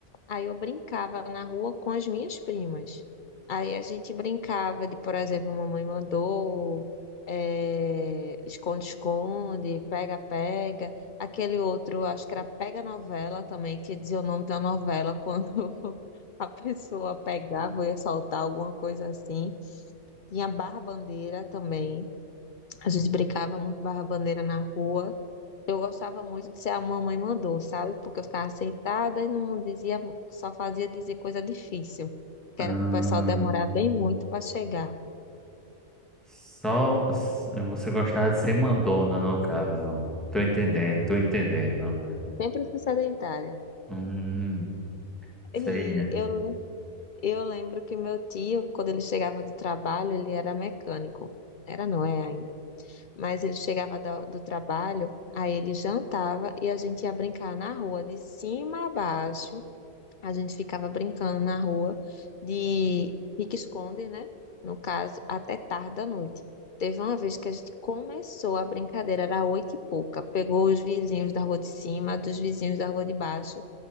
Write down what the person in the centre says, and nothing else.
Ah,
só s- você gostava de ser mandona, no caso. Tô entendendo, tô entendendo.
Hum, sei,
né?